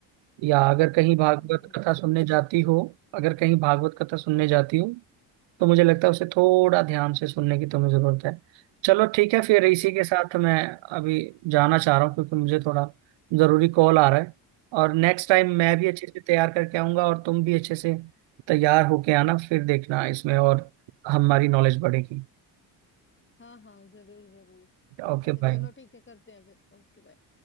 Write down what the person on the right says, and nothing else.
या अगर कहीं भागवत
कथा
सुनने
जाती हो अगर कहीं भागवत कथा सुनने जाती हो तो मुझे लगता है उसे थोड़ा ध्यान से सुनने की तुम्हें जरूरत है चलो ठीक है फिर इसी
के
साथ मैं अभी जाना चाह रहा हूँ क्योंकि मुझे थोड़ा जरूरी कॉल आ रहा है और नेक्स्ट टाइम मैं भी अच्छे से तैयार करके आऊंगा और तुम भी अच्छे से तैयार होके आना फिर देखना इसमें और हमारी नॉलेज बढ़ेगी
Okay
bye